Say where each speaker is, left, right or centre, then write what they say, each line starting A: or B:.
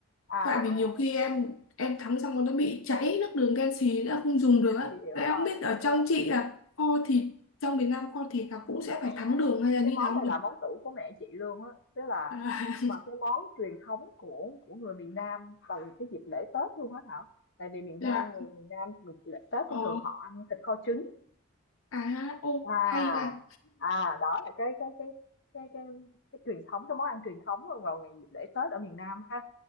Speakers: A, on the left; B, on the left.
A: à,
B: Tại vì nhiều khi
A: à,
B: em em thắng xong nó bị cháy nước đường đen xì đã không dùng được á.
A: chị hiểu
B: Mà
A: rồi,
B: Em không biết
A: chị
B: ở
A: hiểu
B: trong
A: rồi.
B: chị là kho thịt trong miền Nam kho thịt là cũng sẽ
A: Mẹ,
B: phải thắng đường hay là như
A: cái món
B: nào không
A: này
B: nhỉ?
A: là món tủ của mẹ chị luôn á, tức là
B: À, <laughs>
A: mà cái món truyền thống của của người miền Nam vào cái dịp lễ Tết luôn á Thảo. Tại vì miền
B: dạ.
A: Nam người miền Nam người lễ Tết
B: Ờ.
A: thì thường họ ăn thịt kho trứng
B: À, ô
A: à
B: hay ra.
A: à đó là cái cái cái cái cái cái truyền thống cái món ăn truyền thống vào ngày dịp lễ Tết ở miền Nam ha